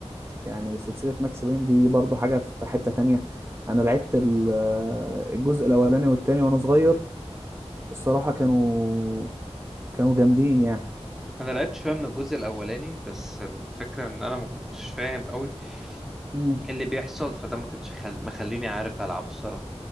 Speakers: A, on the right; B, in the centre.
A: يعني سلسلة ماكس بين دي برضو حاجة في حتة تانية أنا لعبت ال- آه، الجزء الأولاني والتاني وأنا صغير الصراحة كانوا كانوا جامدين يعني
B: انا لعبت شويه من الجزء الاولاني بس الفكره ان انا ما كنتش فاهم قوي
A: إمم.
B: إيه اللي بيحصل فده ما كانش خل... مخليني عارف العب الصراحه